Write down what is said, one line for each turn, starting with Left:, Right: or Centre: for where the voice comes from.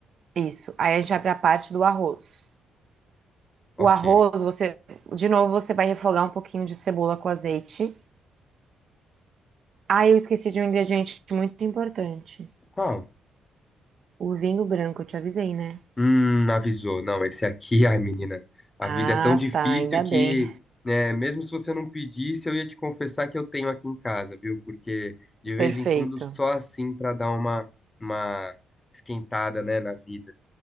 Right: Isso. Aí a gente vai para a parte do arroz.
Left: Ok.
Right: O arroz, você, de novo, você vai refogar um pouquinho de cebola com azeite. Ah, eu esqueci de um ingrediente muito importante.
Left: Qual?
Right: O vinho branco, eu te avisei, né?
Left: Hum, avisou. Não, esse aqui, <laughs> ai, menina, a
Right: Ah,
Left: vida é tão difícil
Right: tá, ainda
Left: que,
Right: bem.
Left: né, mesmo se você não pedisse, eu ia te confessar que eu tenho aqui em casa, viu? Porque de vez
Right: Perfeito.
Left: em quando só assim pra dar uma, uma esquentada, né, na vida.